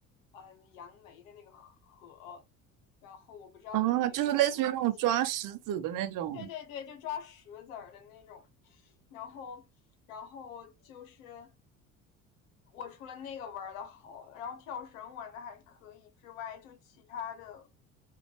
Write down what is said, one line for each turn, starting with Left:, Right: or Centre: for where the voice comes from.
Left: 嗯、杨梅的那个核。然后我不知道你们那边有没有东西。
Right: 哦，就是类似于那种抓石子的那种。
Left: 对对对，就抓石子儿的那种，然后然后就是我除了那个玩的好，然后跳绳玩的还可以之外，就其他的，